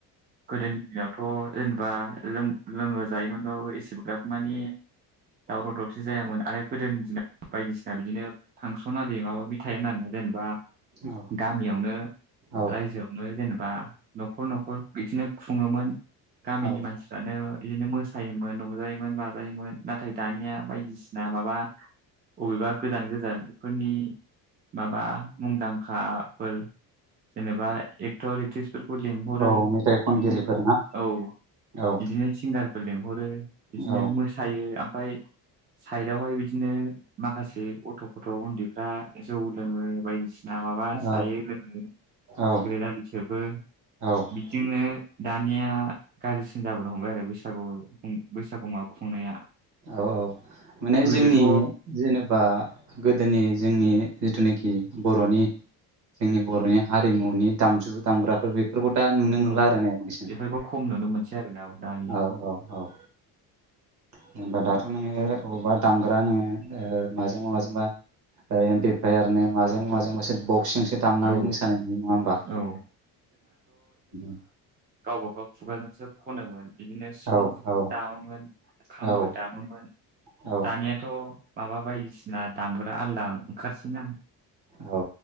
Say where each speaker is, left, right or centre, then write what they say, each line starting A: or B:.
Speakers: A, on the right (about 25°); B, on the right (about 50°).
A: गोदोनि दिनाव थ' जेनेबा लोङो जायोमोनबाबो एसेग्राब मानि दावराव- दावसि जायामोन आरो गोदोनि दिनाव बायदिसिना दा बिदिनो फांसन आरि माबााबि थायामोन आरोना जेनेबा
B: औ
A: गामियावनो
B: औ
A: रायजोआव नो जेनेबा न'खर न'खर बिदिनो खुङोमोन गामिनि
B: औ
A: मानसि फ्रानो इदिनो मोसायोमोन रंजायोमोन माजायोमोन। नाथाय दानिया बायदिसिना माबा अबेबा गोजान गोजानफोरनि माबा मुंदांखाफोर जेनेबा एतर एकत्रिस फोरखौ लेंहरो
B: औ
A: बिदिनो
B: मेथाइ खनगिरिफोर ना
A: औ
B: औ
A: बिदिनो सिंगार फोर लिंहरो बिदिनो
B: औ
A: मोसायो ओमफफ्राय साइदावहाय बिदिनो माखासे बि गथ' गथ' उन्दैफ्रा जौ लोङो बायदिसिना ना माबा जायो
B: औ
A: लोङो
B: औ
A: सिग्रेट आलि सोबो
B: औ
A: जोंनो दानिया गाज्रिसिन जाबोनो हमबाय आरो बैसागु बैसागु माबा खुंनाया
B: औ औ माने
A: गोदोथ'
B: जोंनि जेनेबा गोदोनि जोंनि जिथुनाखि बर'नि जोंनि बर'नि हारिमुनि दामजु दामग्राफोर बे फोरफोरखौ दा नुनो मोनला
A: औ
B: आरो ने बांसिन
A: बेफोरखौ खम नुनो मोनसै आरोना दानिया
B: औ औ औ जेनबा दाथ' नोङो बबावबा दामग्रा नोङो माजोंबा माजोंबा एमपिफाययारनो माजों माजों मसे बक्सिं सो दामनानै
A: औ
B: मोसानाय नुनाय नङा होमबा
A: औ
B: औ
A: गावबागाव खुगाजोंसो खनोमोन। बिदिनो सिफुंफोरखौ
B: औ औ
A: दामोमोन खामफोर
B: औ
A: दामोमोन
B: औ
A: दानियाथ' माबा बायदिसिना दामग्रा आलादा ओंखारसै ना
B: औ